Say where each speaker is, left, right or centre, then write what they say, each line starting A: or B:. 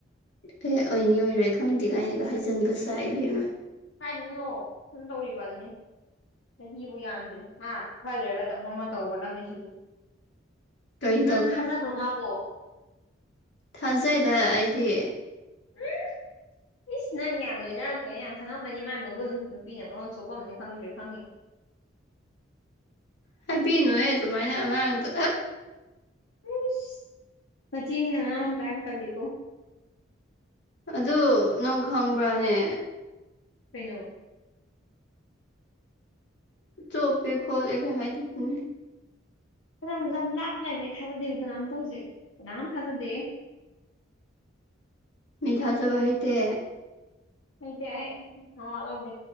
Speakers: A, on the left; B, on the left.
A: ꯑꯦ ꯑꯣꯏꯅꯤ ꯑꯣꯏꯔꯣꯏ ꯈꯪꯗꯦ ꯀꯥꯏꯅꯒ ꯍꯥꯏꯖꯤꯟꯕ ꯁꯥꯥꯏ ꯏꯕꯦꯝꯃ
B: ꯍꯥꯏꯗꯤꯅꯣ ꯁꯨꯝ ꯇꯧꯔꯤꯕ ꯑꯗꯨꯅꯤ ꯆꯍꯤꯕꯨ ꯌꯥꯝꯗ꯭ꯔꯦ ꯍꯥ ꯈꯔ ꯂꯩꯔꯒ ꯗꯝ ꯑꯃ ꯇꯧꯒ꯭ꯔꯗꯕ ꯃꯤ ꯁꯤꯕꯨ
A: ꯀꯔꯤ
B: ꯅꯪ ꯊꯥꯖꯕ꯭ꯔꯣ ꯃꯥꯕꯣ
A: ꯊꯥꯡꯖꯩꯗ ꯑꯩꯗꯤ
B: ꯎꯝ ꯏꯁ ꯅꯪ ꯌꯥꯝ ꯂꯣꯏꯅꯔꯛꯄꯅꯤ ꯌꯥꯝ ꯈꯪꯉꯃꯅꯤ ꯃꯥꯏ ꯃꯒꯨꯟ ꯅꯨꯄꯤꯅ ꯃꯔꯣꯟ ꯆꫭꯞꯄꯝꯅꯤ ꯈꯪꯗ꯭ꯔꯤ ꯈꯪꯉꯤ <inaudible>
A: ꯍꯥꯏꯕꯤꯅꯨꯍꯦ ꯑꯗꯨꯃꯥꯏꯅ ꯑꯉꯥꯡꯗ
B: ꯏꯁ ꯃꯆꯦꯅꯤꯅ ꯃꯅꯥꯎ ꯅꯨꯄꯥ ꯌꯥꯝ ꯀꯜꯂꯤꯀꯣ
A: ꯑꯗꯨ ꯅꯪ ꯈꯪꯕ꯭ꯔꯥꯅꯦ
B: ꯀꯩꯅꯣ
A: ꯆꯣꯄꯦ ꯈꯣꯠꯂꯦꯒ ꯍꯥꯏꯗꯨꯕꯨ
B: ꯀꯅꯥꯝ ꯂꯝ ꯂꯥꯞꯅ ꯂꯩꯝ ꯊꯥꯖꯗꯦꯕ ꯀꯅꯥꯝꯇ ꯍꯧꯖꯤꯛ ꯀꯅꯥꯝ ꯊꯥꯖꯗꯦ <inaudible>
A: ꯃꯤ ꯊꯥꯖꯕ ꯍꯩꯇꯦ
B: ꯑꯗꯤ ꯑꯩ ꯅꯋꯥ ꯂꯧꯗꯦ